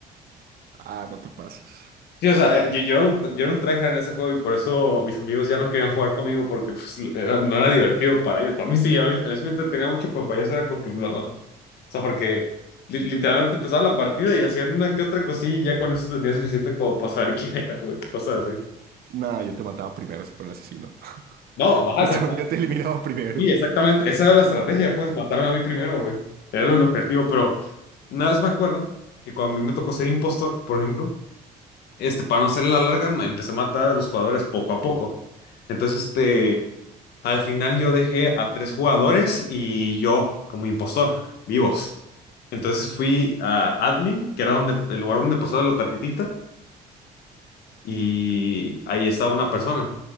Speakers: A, on the right (about 65°); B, on the left (about 75°).
A: Ah, no te pases.
B: Sí, o sea, eh, yo, yo era un, yo era un tryhard en ese juego y por eso mis amigos ya no querían jugar conmigo porque pues, era- no era divertido para ellos. Para mí sí, a mí, a mí sí me entretenía mucho, pero para ellos era como que no. O sea, porque li- literalmente empezaba la partida y hacían una que otra cosilla y ya con eso tenía suficiente como para saber quién era, güey. Cosas así.
A: Nah, yo te mataba primero si fuera el asesino. <laughs>
B: No, ajá,
A: Yo
B: exacto
A: te, yo te eliminaba primero.
B: Sí, exactamente. Esa era la estrategia, pues matarme a mí primero, güey. Era el objetivo, pero una vez me acuerdo que cuando a mí me tocó ser impostor, por ejemplo, este, para no hacer la larga, me empecé a matar a los jugadores poco a poco. Entonces, este, al final yo dejé a tres jugadores y yo como impostor, vivos. Entonces fui a admin, que era donde, el lugar donde pasaba la tarjetita, y ahí estaba una persona.